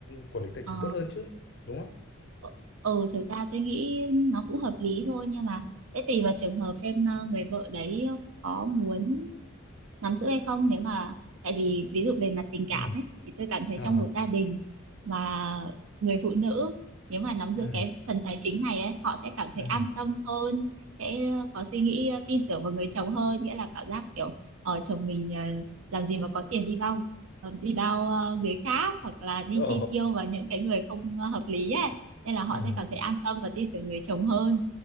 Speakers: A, on the left; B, on the right.
A: quản lý tài
B: ờ
A: chính tốt hơn chứ đúng không
B: ờ ừ, thực ra tôi nghĩ nó cũng hợp lý thôi nhưng mà sẽ tùy vào trường hợp xem ờ, người vợ đấy có muốn nắm giữ hay không nếu mà tại vì ví dụ về mặt tình cảm
A: ừ
B: ấy thì tôi cảm thấy
A: ờ
B: trong một gia đình mà người phụ nữ nếu mà nắm giữ
A: ừ
B: cái phần tài chính này ấy họ sẽ cảm thấy
A: ừ
B: an tâm hơn sẽ có suy nghĩ ờ, tin tưởng vào người chồng hơn nghĩa là cảm giác kiểu ờ, chồng mình ờ, làm gì mà có tiền đi bao ờ, đi bao ờ, người khác hoặc là đi
A: ờ
B: chi tiêu vào những cái người không ờ, hợp lý ấy nên là họ
A: ừ
B: sẽ cảm thấy an tâm và tin tưởng người chồng hơn